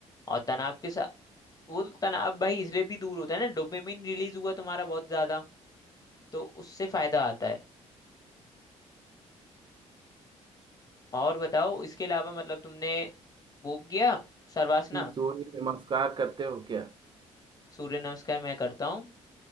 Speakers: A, on the left (about 30°); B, on the right (about 35°).
A: और तनाव के साथ वो तो तनाव भाई इसलिए भी दूर होता है ना डोपामिन रिलीज हुआ तुम्हारा बहुत ज्यादा तो उससे फायदा आता है और बताओ इसके अलावा मतलब तुमने वो किया शर्वासना
B: सूर्य नमस्कार करते हो क्या
A: सूर्य नमस्कार मैं करता हूँ